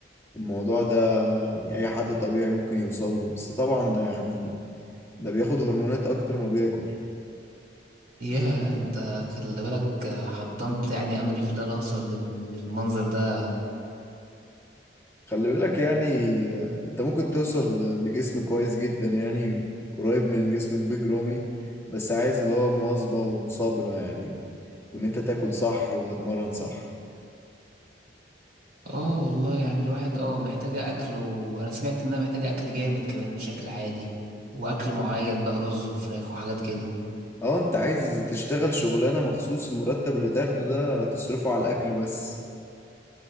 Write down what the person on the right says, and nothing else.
ياه أنت خلي بالك آه، حطمت يعني أملي في اللي أنا أوصل لل- للمنظر ده
آه والله يعني الواحد آه محتاجة أكل وأنا سمعت إنها محتاجة أكل جامد كمان مش أكل عادي وأكل معين بقى رز وفراخ وحاجات كده